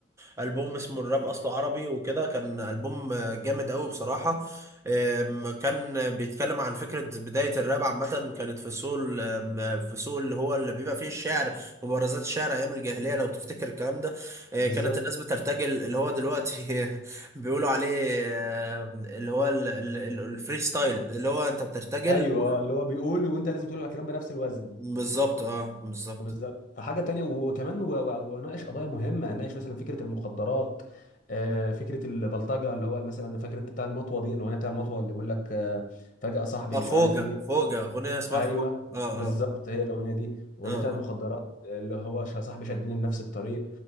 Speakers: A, on the right; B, on the left.
A: آه، البوم اسمه الراب اصله عربي وكده كان البوم آه، جامد قوي بصراحة آم، كان بيتكلم عن فكرة بداية الراب عامة كانت في السوق ال- آم، في السوق اللي هو اللي بيبقى فيه الشعر مبارزات الشعر أيام الجاهلية لو تفتكر الكلام ده إيه،
B: بالظبط
A: كانت الناس بترتجل اللي هو دلوقتي <laughs> بيقولوا عليه آه، اللي هو ال- ال- ال- الفري ستايل اللي هو انت بترتجل
B: ايوه
A: و...
B: اللي هو بيقول وانت لازم تقول الكلام بنفس الوزن
A: بالظبط اه بالظبط
B: بالظبط فحاجه تانية وكمان و- و- وناقش قضايا مهمه ناقش مثلا فكره المخدرات آه، فكره البلطجه اللي هو مثلا فاكر انت بتاع المطوه دي الاغنيه بتاع المطوه اللي بيقول لك آه، فجاه صاحبي
A: اه
B: مش
A: خوجة
B: عارف ايه
A: خوجة اغنية اسمها
B: ايوه
A: خوجة اه
B: بالظبط
A: اه
B: هي الاغنيه دي الاغنيه
A: اه
B: بتاع المخدرات
A: اه
B: آه، اللي هو ش- صاحبي شدني لنفس الطريق